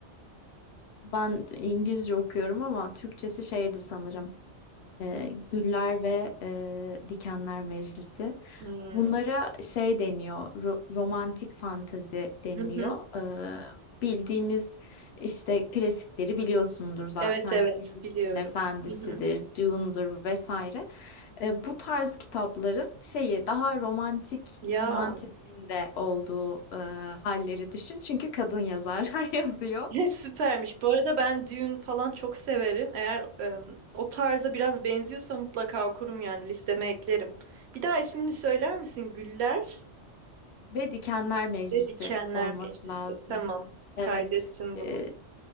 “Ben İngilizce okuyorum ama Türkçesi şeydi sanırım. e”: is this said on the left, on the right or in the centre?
Left